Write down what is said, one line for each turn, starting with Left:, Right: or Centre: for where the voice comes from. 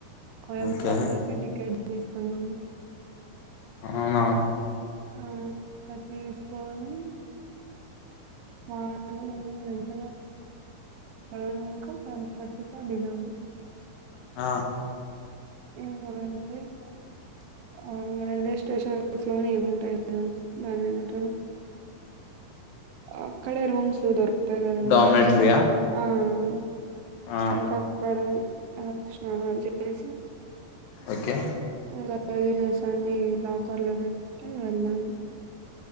Right: కోయంబత్తూర్
Left: ఓకే
Right: కి టికెట్ తీసుకున్నము
Left: అవునా
Right: ఆ ఇంక తీసుకొని ఆ నీ ఎంతలా సెవన్కొ సెవెన్ థర్తి కొ దిగాము
Left: ఆ
Right: <unintelligible> ఆ రైల్వే స్టేషన్స్ లోనే <unintelligible> దాన్నెమంటరొ ఆక్కడే రూమ్స్లో దొరకుతాయ్ కదండీ
Left: డామినేటరీయా
Right: ఆహ్
Left: ఆ
Right: ఇంకా అక్కడే అహ్ స్నానాలు చేసి
Left: ఓకే
Right: ఇంకా లగ్గజ్స్ అన్ని లాకర్ లో పెట్టి వెళ్దాం